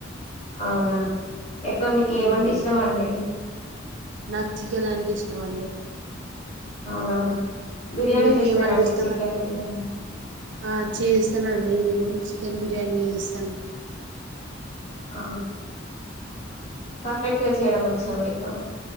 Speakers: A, on the left; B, on the right.
A: అవునా ఎక్కువ మీకు ఏమంటే
B: ఉమ్,
A: ఇష్టమ అండి
B: నాకు చికెన్ అంటే ఇష్టం అండి
A: అవునా బిర్యానీ
B: మీకేమంటే
A: చేస్తారండి
B: ఇష్టం
A: చికెన్
B: అండి
A: బిర్యానీ
B: ఆ చేస్తానండి నేను చి చికెన్ బిర్యానీ వేస్తాను
A: అవును పర్ఫెక్ట్గా చేయడం వచ్చా మీకు